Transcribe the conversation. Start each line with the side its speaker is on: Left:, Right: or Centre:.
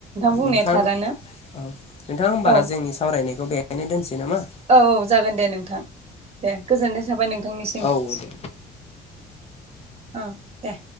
Right: बुंनाया
Left: नोंथां
Right: थारानो
Left: औ नोंथां हबा
Right: औ
Left: जोंनि सावरायनायखौ बेहायनो दोनसै नामा
Right: औ औ जागोन दे नोंथां दे गोजोननाय थाबाय नोंथांनिसिम।
Left: औ दे
Right: औ दे